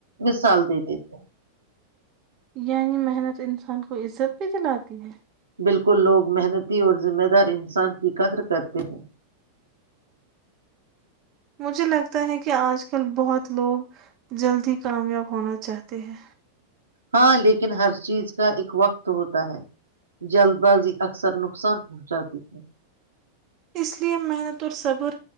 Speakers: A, on the right; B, on the right.
A: مثال دیتے تھے
B: یعنی محنت انسان کو عزت بھی دلاتی ہے
A: بالکل لوگ محنتی اور ذمہ دار انسان کی قدر کرتی ا
B: مجھے لگتا ہے کہ آج کل بہت لوگ جلد ہی کامیاب ہونا چاہتے ہیں
A: ہاں لیکن ہر چیز کا ایک وقت ہوتا ہے جلد بازی اکثر نقصان پہنچاتی ہے
B: اس لیے محنت اور صبر